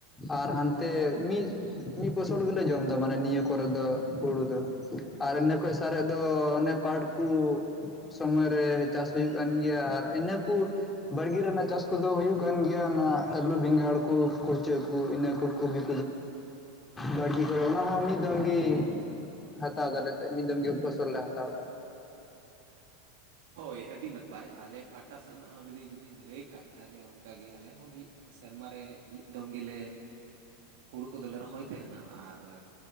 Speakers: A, on the left (about 20°); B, on the right (about 65°).
A: ᱟᱨ ᱦᱟᱱᱛᱮ ᱢᱤᱫ ᱢᱤᱫ ᱯᱚᱥᱚᱞ ᱜᱮᱞᱮ ᱡᱚᱢ ᱫᱟ ᱢᱟᱱᱮ ᱱᱤᱭᱟᱹ ᱠᱚᱨᱮ ᱫᱚ ᱦᱩᱲᱩ ᱫᱚ ᱟᱨ ᱤᱱᱟᱹ ᱠᱷᱚᱡ ᱥᱟᱨᱮᱡ ᱫᱚ ᱚᱱᱮ ᱯᱟᱴ ᱠᱩᱸ ᱥᱚᱢᱚᱭ ᱨᱮ ᱪᱟᱥ ᱦᱩᱭᱩᱜ ᱠᱟᱱ ᱜᱮᱭᱟ ᱟᱨ ᱤᱱᱟᱹ ᱠᱩᱸ ᱵᱟᱲᱜᱮ ᱨᱮᱱᱟᱜ ᱪᱟᱥ ᱠᱚᱫᱚ ᱦᱩᱭᱩᱜ ᱠᱟᱱ ᱜᱮᱭᱟ ᱱᱟᱸᱜ ᱟᱹᱞᱩ ᱵᱮᱸᱜᱟᱲ ᱠᱚ ᱠᱩᱪᱟᱹ ᱤᱱᱟᱹ ᱠᱚ <unintelligible> ᱠᱚᱫᱚ ᱵᱟᱲᱜᱮ ᱠᱚ ᱚᱱᱟ ᱦᱚᱸ ᱢᱤᱫ ᱢᱤᱫ ᱫᱚᱢ ᱜᱮ ᱦᱟᱛᱟᱣ ᱫᱟᱞᱮ ᱢᱤᱫ ᱫᱚᱢ ᱜᱮ ᱩᱯᱟᱹᱥᱚᱞ ᱞᱮ ᱦᱟᱛᱟᱣ ᱮᱫᱟ
B: ᱦᱳᱭ ᱟᱹᱰᱤ ᱱᱟᱯᱟᱭ ᱟᱞᱮ ᱯᱟᱦᱴᱟ ᱥᱮᱫᱱᱟᱜ ᱦᱚᱸ ᱡᱩᱫᱤ ᱡᱩᱫᱤᱧ ᱞᱟᱹᱭ ᱠᱷᱟᱱᱡ ᱛᱟᱦᱞᱮ ᱚᱱᱠᱟ ᱜᱮ ᱟᱞᱮ ᱦᱚᱸ ᱢᱤᱫ ᱥᱮᱨᱢᱟ ᱨᱮ ᱢᱤᱫ ᱫᱚᱢ ᱜᱮᱞᱮ ᱦᱩᱲᱩ ᱠᱚᱫᱚᱞᱮ ᱨᱚᱦᱚᱭ ᱛᱟᱦᱮᱱᱟ ᱟᱨ